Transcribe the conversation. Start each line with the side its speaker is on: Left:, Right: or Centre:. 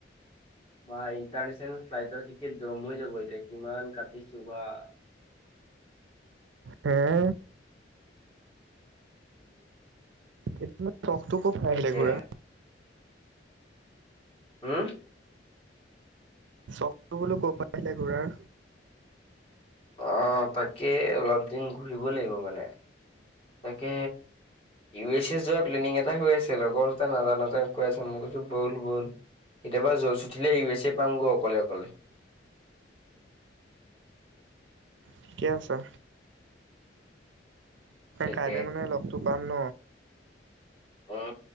Left: বা ইণ্টাৰনে্চনেল ফ্লাইটৰ টিকেট দম হৈ যাব এতিয়া কিমান কাটিছো বা। <unintelligible>
Right: এ।
Left: উম।
Right: এইটো চখটো ক'ত পাই
Left: তাকে
Right: আহিলে ঘুৰা।
Left: হুম
Right: চখ বোলো ক'ৰ পৰা আহিলে ঘূৰাৰ।
Left: অ তাকে অলপ দিন ঘূৰিব লাগিব মানে। তাকে। ইউ এছ এ যোৱা প্লেনিং এটা হৈ আছে লগৰ দুটা নাযাওঁ নাযাওঁ কৈ আছে মই কৈছো বল বল। কেতিয়াবা জচ উঠিলে ইউ এছ এ পামগৈ অকলে অকলে।
Right: ঠিকে আছে।
Left: তাকে
Right: কাইলৈ মানে লগটো পাম ন।
Left: উ